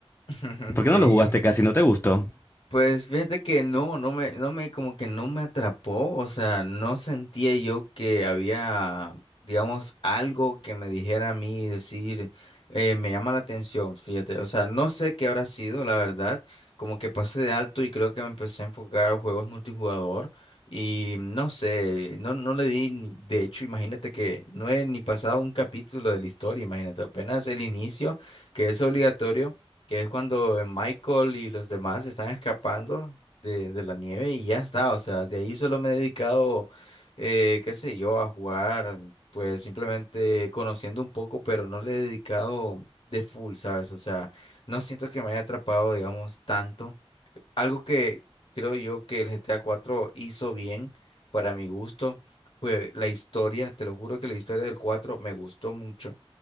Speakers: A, on the left; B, on the left.
A: <laughs>
B: ¿Por
A: Sí.
B: qué no lo jugaste casi? ¿No te gustó?
A: Pues fíjate que no, no me, no me, como que no me atrapó, o sea, no sentía yo que había, digamos, algo que me dijera a mí, decir, eh, me llama la atención, fíjate, o sea, no sé qué habrá sido, la verdad, como que pasé de alto y creo que me empecé a enfocar a juegos multijugador y no sé, no, no le di, ni- de hecho, imagínate que no he ni pasado un capítulo de la historia, imagínate, apenas el inicio, que es obligatorio. que es cuando Michael y los demás están escapando de, de la nieve y ya está, o sea, de ahí solo me he dedicado, eh, qué sé yo, a jugar, pues simplemente conociendo un poco, pero no le he dedicado de full, ¿sabes? O sea, no siento que me haya atrapado, digamos, tanto. Algo que creo yo que el GTA 4 hizo bien para mi gusto. Fue la historia, te lo juro que la historia del 4 me gustó mucho